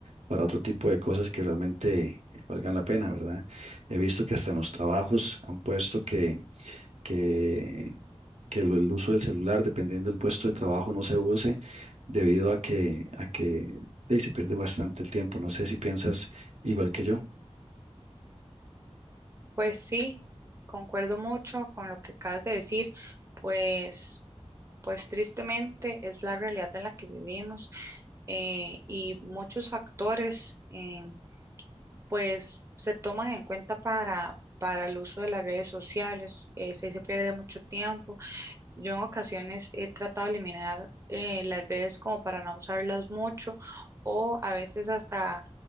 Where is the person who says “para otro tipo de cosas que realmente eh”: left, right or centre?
Right